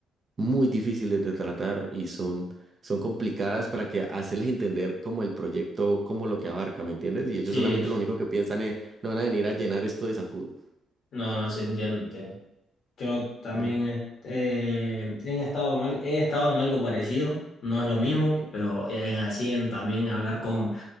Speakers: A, on the right; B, on the left.
A: muy difíciles de tratar y son, son complicadas para que hacerles entender como el proyecto, como lo que abarca, ¿me entiendes? Y ellos
B: sí.
A: solamente lo único que piensan es, no van a venir a llenar esto de zancudo.
B: No, no, sí, entiendo, entiendo. Yo también
A: Ujú.
B: este he estado en, al- he estado en algo parecido, no es lo mismo,
A: ¿Eh?
B: pero en así en también hablar con,